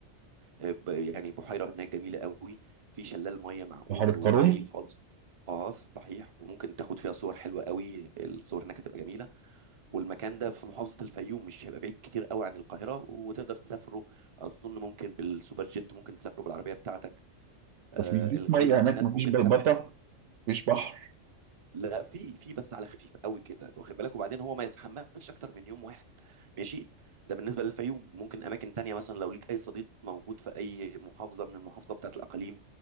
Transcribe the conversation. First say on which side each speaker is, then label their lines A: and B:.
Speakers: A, on the right; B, on the right.
A: آه، آه، ب- يعني بحيره هناك جميله قوي في شلال ميه معقول
B: بحر القارون
A: وجميل خالص اه صحيح وممكن تاخد فيها صور حلوه قوي الصور هناك هتبقى جميله والمكان ده في محافظه الفيوم مش هيبقى بعيد كتير قوي عن القاهره وتقدر تسافره اظن ممكن بالسوبر جيت ممكن تسافره بالعربيه بتاعتك آه،
B: بس مفيش
A: الغريب
B: ميه
A: ان
B: هناك
A: في ناس
B: مفيش
A: ممكن
B: بلبطه
A: تسافر
B: مفيش بحر
A: لا في في بس على خفيف قوي كده واخد بالك وبعدين هو ما يتحملش اكتر من يوم واحد ماشي ده بالنسبه للفيوم ممكن اماكن تانية مثلا لو ليك اي صديق موجود في اي محافظه من المحافظه بتاعت الاقاليم